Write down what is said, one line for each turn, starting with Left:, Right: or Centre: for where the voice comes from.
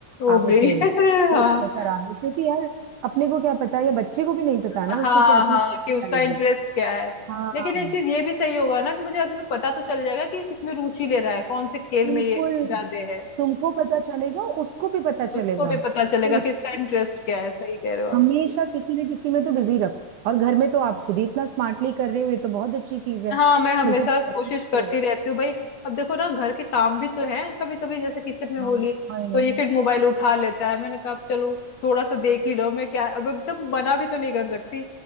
Left: ओ
Right: आप
Left: भाई
Right: उसे
Left: <laughs>
Right: कोच में करा लो क्योंकि यार अपने को क्या पता या बच्चे को भी नहीं पता ना
Left: हाँ हाँ
Right: उसको क्या चीज
Left: हाँ
Right: पसंद
Left: कि उसका
Right: आएगी
Left: इंटरेस्ट क्या है
Right: हाँ
Left: लेकिन एक चीज ये भी सही होगा ना कि मुझे एक्चुअली पता तो चल जाएगा कि ये किसमें रुचि ले रहा है कौन से खेल
Right: बिल्कुल
Left: में ये ज्यादा है
Right: तुमको पता चलेगा उसको भी पता चलेगा
Left: उसको भी पता चलेगा
Right: तो इस-
Left: कि इसका इंटरेस्ट क्या है सही कह रहे हो आप
Right: हमेशा किसी न किसी में तो बिजी रखो और घर में तो आप खुद ही इतना स्मार्टली कर रहे हो ये तो बहुत अच्छी चीज है
Left: हाँ मैं हमेशा
Right: नहीं तो पेरेंट्स
Left: कोशिश करती
Right: तो
Left: रहती हूँ भाई अब देखो ना घर के काम भी तो हैं कभी कभी जैसे किचन में होली
Right: हाँ आई
Left: तो
Right: नो
Left: ये फिर मोबाइल उठा लेता है मैंने कहा अब चलो थोड़ा सा देख ही लो मैं क्या अब एकदम मना भी तो नहीं कर सकती